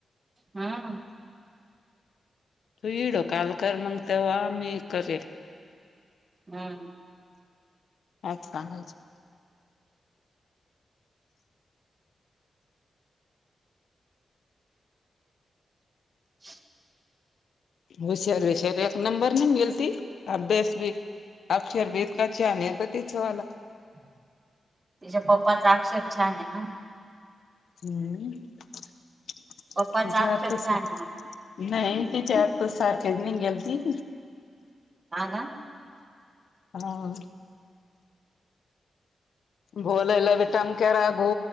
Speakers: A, on the right; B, on the left.
A: हा.
B: तू व्हिडीओ कॉल म्हग तवा आम्ही करेल.
A: हां.
B: हच सांगायचं.
A: <unintelligible>
B: हुशर हुशर एक नंबर नि गेल ती. अभ्यास भी अक्षर भी तीच इतकं छान आहे तीचवाला.
A: तिच्या पप्पाचा अक्षर छान आहे ना?
B: हम्म त्याच्या
A: पप्पाचा अक्षर
B: अर्थच.
A: छान आहे ना
B: नाही तिच्या आत त सारखेच नाही गेलती.
A: हा हा.
B: हा. बोलवलाल विटम केरा घो